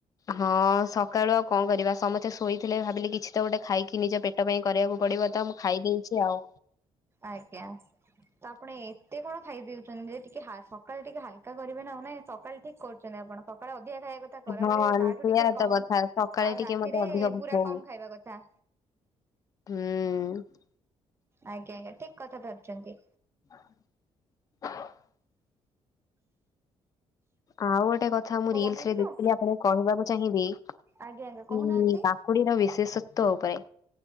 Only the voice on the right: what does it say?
ଆଜ୍ଞା। ତ ଆପଣ ଏତେ କଣ ଖାଇଦେଉଛନ୍ତି ଟିକେ ହା ସକାଳ ଟିକେ ହାଲକା କରିବେ ନା ଆଉ ନାଇଁ ସକାଳେ ଠିକ କରୁଛନ୍ତି ଆପଣ। ସକାଳେ ଅଧିକା ଖାଇବା କ ଥା କରାବେଳେ
ତାଠୁ
ଟିକେ କମ
ଆଉ
ରାତିରେ
ପୁରା କମ
ଖାଇବା କଥା।
ଆଜ୍ଞା ଆଜ୍ଞା ଠିକ୍ କଥା ଧରିଚନ୍ତି।
କଣ
ମଗେଇଥିଲୁ?
ଆଜ୍ଞା ଆଜ୍ଞା କହୁନାହାନ୍ତି